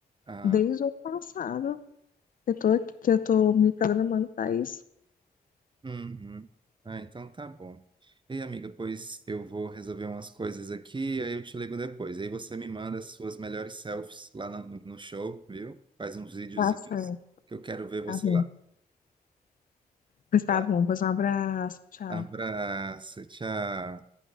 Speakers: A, on the right; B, on the left.
A: Ah,
B: Desde o ano passado, eu tô aqui, que eu tô me programando pra isso.
A: uhum. Ah, então tá bom. Ei, amiga, pois eu vou resolver umas coisas aqui, aí eu te ligo depois. Aí você me manda as suas melhores selfies lá na- no, no show, viu? Faz uns videozinhos
B: Tá certo,
A: que eu quero ver você
B: tá bom.
A: lá.
B: Pois
A: Tá.
B: tá bom, pois um abraço, tchau.
A: Abraço, tchau.